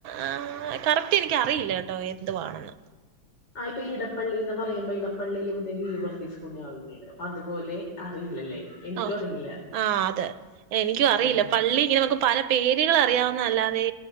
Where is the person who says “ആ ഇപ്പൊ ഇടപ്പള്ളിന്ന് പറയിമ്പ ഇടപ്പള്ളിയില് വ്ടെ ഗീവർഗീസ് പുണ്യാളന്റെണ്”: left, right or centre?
Left